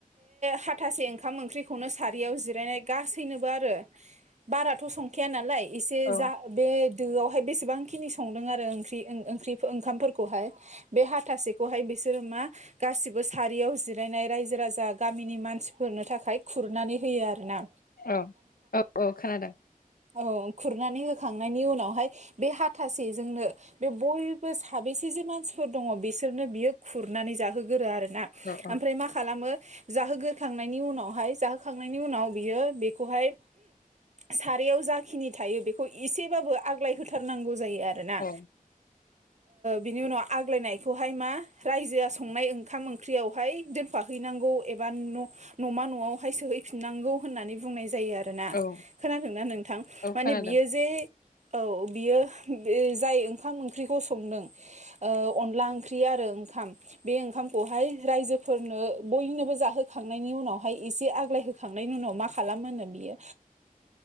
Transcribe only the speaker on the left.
औ
औ औ औ खोनादों
औ
औ
औ
औ
खोनादों